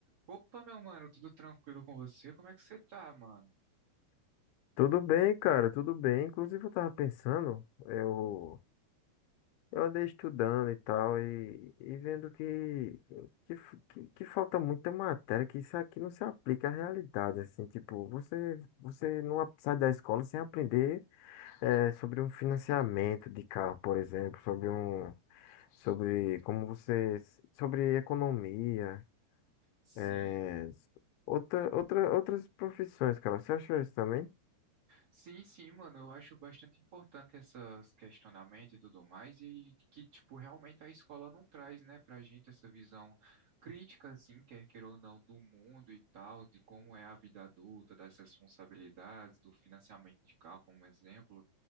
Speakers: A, on the right (about 45°); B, on the left (about 85°).
A: Opa, meu mano, tudo tranquilo com você? Como é que você tá, mano?
B: Tudo bem, cara, tudo bem. Inclusive, eu tava pensando, eu, eu andei estudando e tal, e, e vendo que, que, f- que, que falta muita matéria, que isso aqui não se aplica à realidade, assim, tipo, você, você não a- sai da escola sem aprender eh, sobre um financiamento de carro, por exemplo, sobre um, sobre como você, sobre economia,
A: Sim,
B: eh, outra, outra, outras profissões, cara. Você achou isso também?
A: sim, sim, mano, eu acho bastante importante esses questionamentos e tudo mais, e que, tipo, realmente a escola não traz, né, pra gente essa visão crítica, assim, quer queira ou não, do mundo e tal, de como é a vida adulta, das responsabilidades, do financiamento de carro, como exemplo.